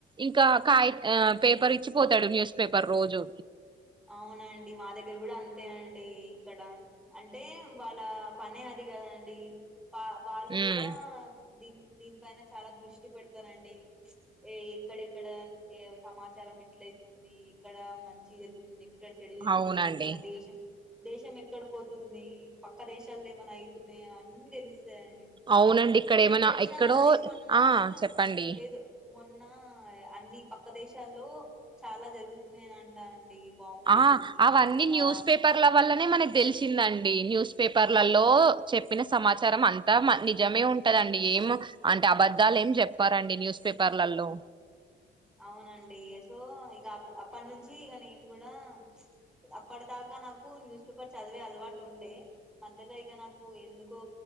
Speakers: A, on the right (about 25°); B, in the centre.
A: ఇంకా కాయి ఆ పేపర్ ఇచ్చిపోతాడు న్యూస్ పేపర్ రోజు
B: అవునండి మా దగ్గర గూడా అంతే అండి ఇక్కడ అంటే వాళ్ల పనే అది గదా అండి పా వాళ్లు
A: ఉమ్
B: గూడా దిన్ దీనిపైన చాలా దృష్టి పెడతారండి ఏ ఎక్కడెక్కడ ఏ సమాచారం ఎట్లయితుంది ఎక్కడ మంచి జరుగుతు తుంది ఎక్కడ చెడు జరుగుతుంది
A: అవునండి
B: మన దేశం దేశం ఎక్కడ పోతుంది పక్క దేశాలది ఏమన్నా ఐతున్నాయా అన్ని తెలుస్తు తయండి
A: అవునండి ఇక్కడ
B: మీకు
A: ఏమైనా
B: తెలుసా
A: ఎక్కడో
B: అండి మొన్న
A: ఆ చెప్పండి
B: ఏదో మొన్న ఆ అన్ని పక్క దేశాల్లో చాలా జరుగుతున్నాయంట అండి బాంబులు వేసుకుంటున్నారంట
A: ఆ అవన్నీ న్యూస్ పేపర్ల వల్లనే మనక్ తెలిసిందండి న్యూస్ పేపర్లలో చెప్పిన సమాచారం అంతా నిజమే ఉంటందండి ఏమో అంటే అబద్ధాలు ఏం చెప్పారండి న్యూస్ పేపర్లలో
B: అవునండి సో ఇగ అప్పటి నుంచి ఇగ నేను గూడా అప్పటిదాకా నాకు న్యూస్ పేపర్ చదివే అలవాటు ఉండే మధ్యలో ఇగ నాకు ఎందుకో